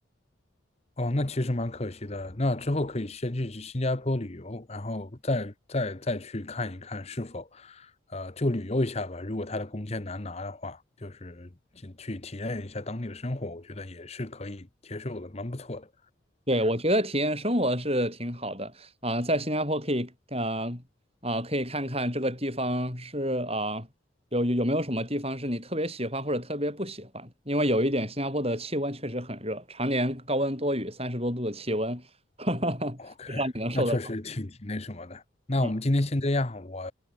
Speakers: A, on the left (about 30°); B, on the right (about 30°).
A: 哦，那其实蛮可惜的。那之后可以先去新加坡旅游，然后再再再去看一看是否，呃，就旅游一下吧。如果他的工签难拿的话，就是去去体验一下当地的生活，我觉得也是可以接受的，蛮不错的。
B: 对，我觉得体验生活是挺好的啊、在新加坡可以呃啊、可以看看这个地方是啊、有有有没有什么地方是你特别喜欢或者特别不喜欢的？因为有一点，新加坡的气温确实很热，常年高温多雨，三十多度的气温，<laughs> 不
A: OK，
B: 知道你能受得了。
A: 那确实挺挺那什么的。那我们今天先这样，
B: 嗯，
A: 我